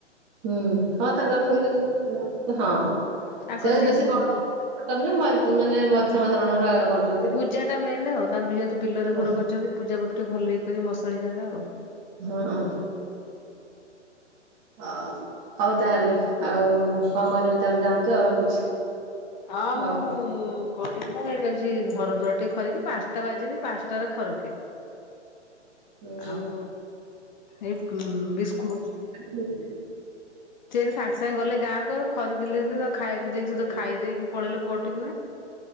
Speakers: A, on the right; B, on the left.
A: ହୁଁ ହଁ ତାଙ୍କର ସବୁ ଯୋଉ ହଁ
B: ତାଙ୍କ
A: ସେ
B: ଦି
A: ବେଶୀ
B: ଭଉଣୀଙ୍କର।
A: ବଡ଼ ଛୋଟ ନୁହେଁ ମଜ୍ ମାନେ ମଝିମ ଧରଣର ଆୟୋ କରୁଚ୍
B: ପୂଜା ଟା ମେନ ଆଉ ତା ଯେହେତୁ ବିଲରେ
A: ହଁ
B: ଘର କରିଛନ୍ତି ପୂଜା ପାଠ ଟିକେ ଭଲକି କରିବେ ଯେହେତୁ ମଶାଣି ଜାଗା ଆଉ।
A: ହଁ। ହ ହଉ ତାହେଲେ ଆଉ କଣ କରିବେ ତାହା ଯାଆନ୍ତୁ। ଆଉ ରଖୁଛି
B: ହଁ
A: ହଉ
B: ମୁଁ କରିବି ମୁ ଏଇଟା ହଉଛି ଘର ଦ୍ୱର ଟିକେ ଖରିକି ପାଞ୍ଚଟା ବାଜିନି ପାଞ୍ଚଟା ରେ ଖରକେ।
A: ହୁଁ
B: ଆଉ ଏ ବିସ୍କୁଟ
A: ହୁଁ।
B: ସେଠ ସାଙ୍ଗେ ସାଙ୍ଗେ ଗଲେ ଗାଁକୁ ଆଉ ଖରିକିିଲି ଦେ ଖାଇବାକୁ ଦେଇକି
A: ହୁଁ
B: ତ ଖାଇ ଦେଇକି ପଳେଇଲେ ପଟ କିନା